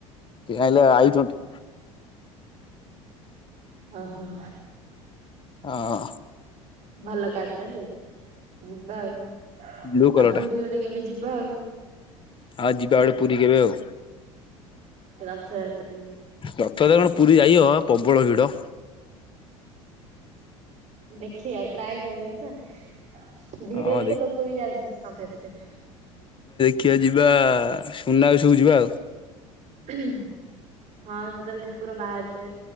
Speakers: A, on the left (about 30°); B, on the right (about 45°).
A: ଇଏ ହେଲେ ଆଇଚନ୍ତି।
B: ଓହୋ।
A: ହଁ।
B: ଭଲ କାର ଟା ଯେ ଯିବା ଆଉ ଆଉ
A: ବ୍ଲୁ କଲର
B: ପୁରୀ ଗୋଟେ କେବେ ଯି ବାଉ
A: ଆଉ ଯିବା ବଡେ ପୁରୀ କେବେ ଆଉ?
B: ରଥ ଯାତ୍ରା ରେ ଯିବା।
A: ରଥତ କଣ ପୁରୀ ଯାଇଅ ପ୍ରବଳ ଭିଡ।
B: ଦେଖିବା ଟ୍ରାଏ କରିବା ନା। ଭିଡରେ
A: ହଁ ଦେ
B: ତ ଲୋକ ବି ଯାଉ ସୁ ସମସ୍ତେ।
A: କିଏ ଯିବା ସୁନା ସବୁ ଯିବା ଆଉ।
B: ହଁ ସେତେବେଳେ ଠାକୁର ବାହାରଥେ